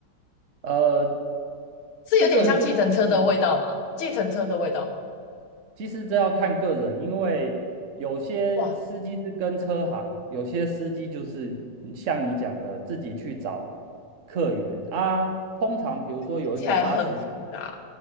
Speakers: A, on the right (about 45°); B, on the left (about 75°).
A: 呃，
B: 是有点像计程车的味道吗？
A: 这个就很像。
B: 计程车的味道吗？
A: 其实这要看个人，因为有些司机是跟车行，
B: 哇，
A: 有些司机就是像你讲的自己去找客源啊。通常比如说有一个沙石，
B: 听起来很复杂，